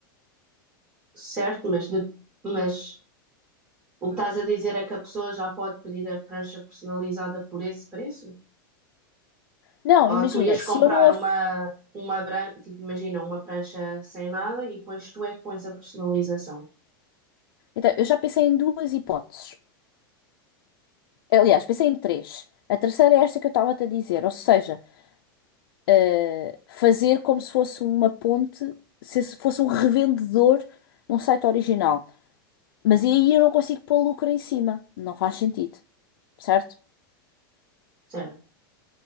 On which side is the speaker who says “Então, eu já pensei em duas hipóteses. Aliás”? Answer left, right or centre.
Left